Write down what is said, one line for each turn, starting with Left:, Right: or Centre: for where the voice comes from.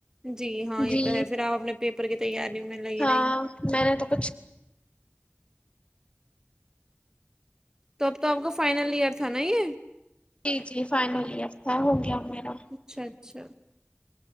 Right: جی ہاں یہ
Left: جی
Right: تو ہے پھر آپ اپنے پیپر کی تیاری میں لگی
Left: ہاں
Right: رہی
Left: میں نے تو کچھ
Right: تو اب تو آپ کا فائنل ایئر تھا نا یہ
Left: جی جی فائنل ایئر تھا ہو گیا میرا
Right: اچھاچ اچھا